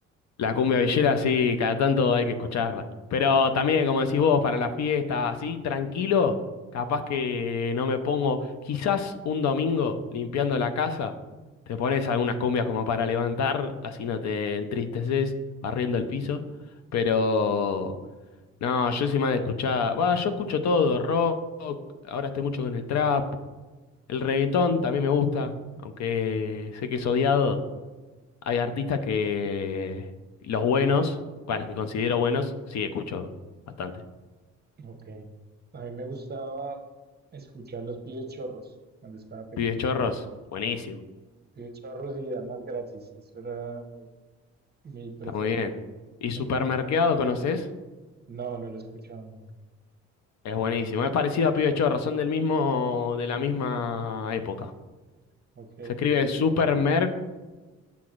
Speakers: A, on the left; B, on the right.
A: La cumbia villera, sí, cada tanto hay que escucharla. Pero también, como decís vos, para la fiesta, así, tranquilo, capaz que no me pongo, quizás un domingo limpiando la casa, te pones algunas cumbias como para levantar, así no te entristeces, barriendo el piso. Pero, no, yo soy más de escuchar, va, yo escucho todo, rock, ahora estoy mucho con el trap, el reggaetón también me gusta, aunque sé que es odiado. Hay artistas que los buenos, bueno, los que considero buenos, sí escucho bastante.
B: Ok. A mí me gustaba escuchar los pibes chorros cuando estaba pequeño.
A: Pibes Chorros, buenísimo,
B: Pide chorros y damas gratis. Eso era mi preferido
A: está muy bien.
B: de-
A: Y
B: para
A: Supermercado,
B: escuchar.
A: ¿conoces?
B: No, no lo he escuchado nunca.
A: Es buenísimo, es parecido a Pibes Chorros, son del mismo, de la misma época.
B: Ok,
A: Se escribe Supermercados.